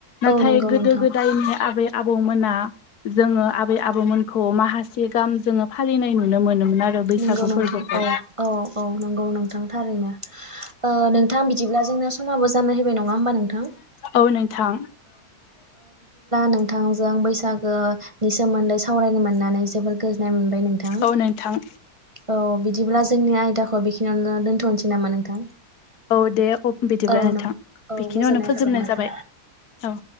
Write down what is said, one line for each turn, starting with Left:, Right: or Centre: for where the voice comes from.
Left: नाथाय
Right: औ नंगौ
Left: गोदो
Right: नोंथां
Left: गोदायनि आबै आबौमोना जोङो आबै आबौमोनखौ माखासे गाहाम जोङो फालिनाय नुनो मोनोमोन आरो बैसागु
Right: नंगौ नोंथां
Left: फोरबोखौ
Right: औ औ औ नंगौ नोंथां थारैनो नोंथां बिदिब्ला जोंहा समाबो जाना‌ फैबाय नङा होनबा नोंथां
Left: औ नोंथां
Right: नोंथांजों बैसागोनि सोमोन्दै सावरायनो मोननानै जोबोर गोजोननाय मोनबाय नोंथां
Left: औ नोंथां
Right: औ बिदिब्ला जोंनि आयदाखौ बेखिनियावनो दोन्थनोसै नामा नोंथां
Left: औ दे बिदिब्ला
Right: औ
Left: नोंथां
Right: नों औ
Left: बेखिनियावनो
Right: गोजोननाय
Left: फोजोबनाय
Right: थाबाय नोंथां।
Left: जाबाय औ